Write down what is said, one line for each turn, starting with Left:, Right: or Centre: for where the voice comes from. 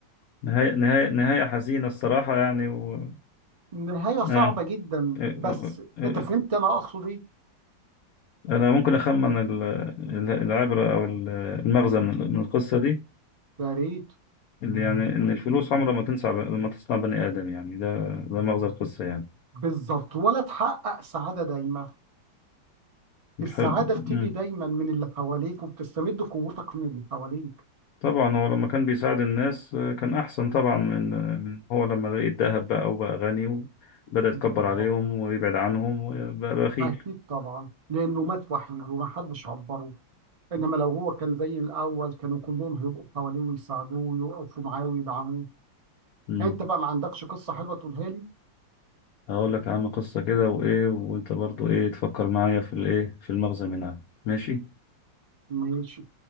Left: نهاية نهاية نهاية حزينة الصراحة يعني و...
Right: نهاية صعبة
Left: آه.
Right: جدا
Left: إيه.
Right: بس
Left: إيه.
Right: انت فهمت انا اقصد ايه
Left: أنا ممكن أخمن ال- ال- العبرة أو ال- المغزى من ال- من القصة دي
Right: يا ريت
Left: اللي يعني إن الفلوس عمرها ما تنسى ما تصنع بني آدم يعني ده ده مغزى القصة يعني
Right: بالظبط ولا تحقق سعادة دايمة السعادة
Left: حلو
Right: بتيجي
Left: مم.
Right: دايما من اللي حواليك وبتستمد قوتك من اللي حواليك
Left: طبعا هو لما كان بيساعد الناس آه، كان أحسن طبعا من آه، من هو لما لقي الذهب بقى وبقى غني وبدأ يتكبر
Right: بالظبط
Left: عليهم ويبعد عنهم وبقى بخيل
Right: اكيد طبعا لانه مات وحيد ومحدش عبره انما لو هو كان زي الاول كانوا كلهم هيبقوا حواليه ويساعدوه ويقفوا معاه ويدعموه
Left: مم.
Right: انت بقى ما عندكش قصة حلوة تقولها لي
Left: هقول لك يا عم قصة كده وإيه وأنت برضو إيه تفكر معايا في الإيه في المغزى منها ماشي
Right: ماشي